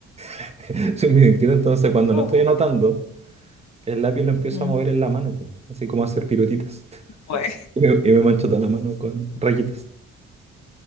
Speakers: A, on the right; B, on the left.
A: <laughs> Soy medio inquieto, entonces cuando
B: ¿Cómo?
A: no estoy anotando, el lápiz lo empiezo
B: Ujú.
A: a mover en la mano, po, así como a hacer piruetitas. <laughs>
B: Bueno,
A: Y me, y me mancho toda la mano con rayitas.